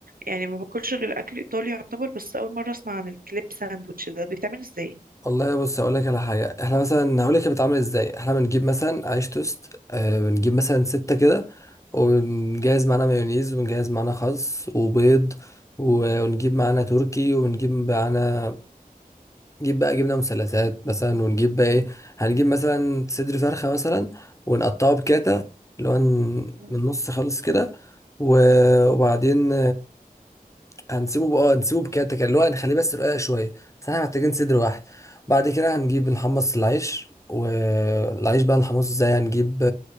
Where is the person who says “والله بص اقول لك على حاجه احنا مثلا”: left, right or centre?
Left